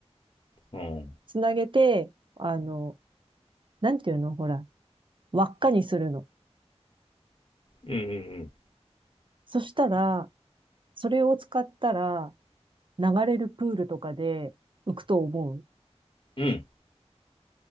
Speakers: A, on the left (about 50°); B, on the right (about 50°).
A: うん、うん、
B: つなげて、あの、なんていうのほら、輪っかにするの。
A: うん、
B: そしたら、それを使ったら、流れるプールとかで浮くと思う。
A: うん、うん、